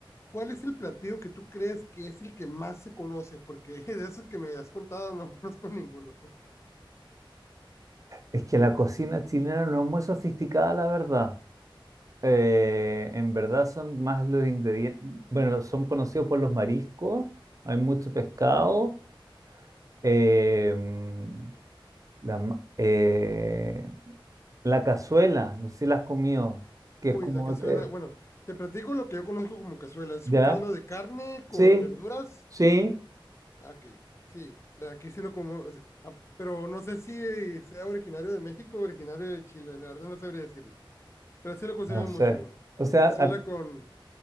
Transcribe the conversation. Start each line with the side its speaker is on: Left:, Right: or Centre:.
Left: ¿cuál es el platillo que tú crees que es el que más se conoce? Porque <laughs> de esos que me has contado no <laughs> conozco ninguno.
Right: es que la cocina chilena no es muy sofisticada, la verdad. Eh, en verdad son más los ingredientes, bueno, son conocidos por los mariscos, hay mucho pescado Em, la, ma- eh, la cazuela, no sé si la has comido, que
Left: Uy,
Right: es como,
Left: la cazuela.
Right: eh,
Left: Bueno, te platico lo que yo conozco como cazuela. Es
Right: ¿ya?
Left: un caldo de carne con
Right: Sí,
Left: verduras
Right: sí,
Left: Ah, Ok, sí, pero aquí sí lo como, o sea, ah, pero no sé si sea originario de México o originario de Chile, la verdad no sabría decirle, pero sí lo consumimos
Right: no sé.
Left: mucho.
Right: O sea,
Left: Cazuela
Right: ac-
Left: con,